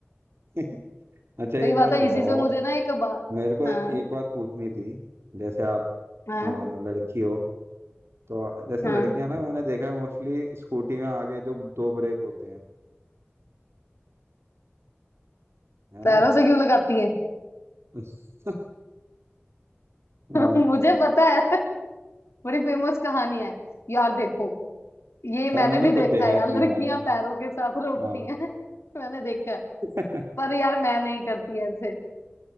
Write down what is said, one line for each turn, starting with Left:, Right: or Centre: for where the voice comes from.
Right: <laughs> अच्छा एक
Left: सही बात
Right: बात
Left: है
Right: बताओ
Left: इसी से मुझे
Right: आप
Left: ना एक बार
Right: मेरे को
Left: हाँ
Right: एक बात पूछनी थी जैसे आप
Left: हाँ
Right: अ, लड़की हो तो जैसे
Left: हाँ
Right: लड़कियां ना मैंने देखा है मोस्टली स्कूटी में आगे जो दो ब्रेक होते हैं है
Left: पैरों
Right: ना
Left: से क्यों लगाती है
Right: <laughs>
Left: <laughs>
Right: हाँ
Left: मुझे पता है बड़ी फेमस कहानी है यार देखो ये मैंने
Right: यार मैंने
Left: भी देखा
Right: खुद देखा
Left: है
Right: है
Left: यार
Right: इतनी
Left: लड़कियां
Right: बार ना
Left: पैरों के साथ रोकती
Right: हाँ
Left: हैं <laughs> मैंने देखा है
Right: <laughs>
Left: पर यार मैं नहीं करती ऐसे